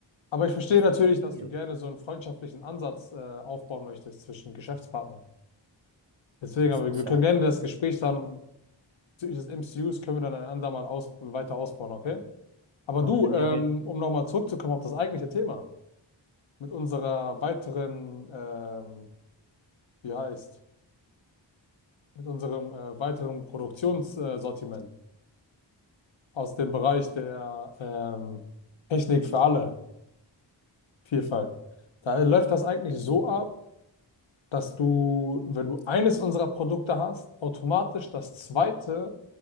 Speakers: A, on the left; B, on the right.
A: Aber ich verstehe
B: Ich
A: natürlich,
B: verstehe.
A: dass du gerne so einen freundschaftlichen Ansatz äh, aufbauen möchtest zwischen Geschäftspartnern. Deswegen,
B: Ja, das
A: aber
B: muss
A: wir können
B: ja halt,
A: gerne
B: ne?
A: das Gespräch dann bezüglich des M C Us können wir dann ein andermal aus weiter ausbauen, okay? Aber
B: Da
A: du,
B: bin
A: ähm,
B: ich auf jeden Fall.
A: um nochmal zurückzukommen auf das eigentliche Thema. mit unserer weiteren, ähm, wie heißt, mit unserem äh, weiteren Produktionssortiment äh, Sortiment aus dem Bereich der ähm, Technik für alle Vielfalt. Da läuft das eigentlich so ab, dass du, wenn du eines unserer Produkte hast, automatisch das zweite